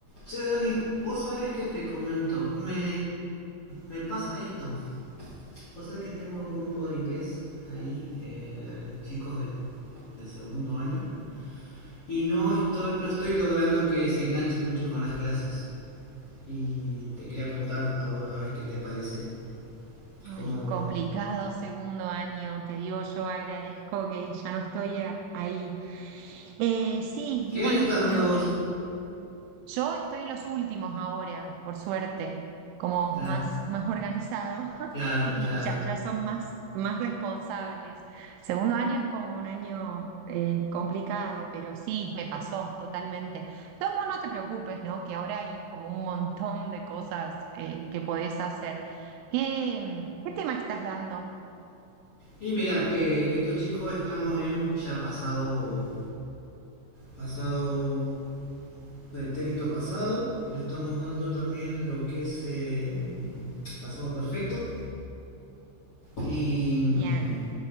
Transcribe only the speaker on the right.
Ay,
complicado segundo año, te digo, yo agradezco que ya no estoy a- ahí. Eh, sí,
y bueno,
creo
que yo estoy en los últimos ahora, por suerte, como
más, más organizado <laughs>
y
ya, ya son más, más responsables. Segundo año es como un año eh, complicado, pero sí, me pasó totalmente. De todos modos, no te preocupes, ¿no? Que ahora hay como un montón de cosas eh, que podés hacer. ¿Qué, qué tema estás dando?
Bien.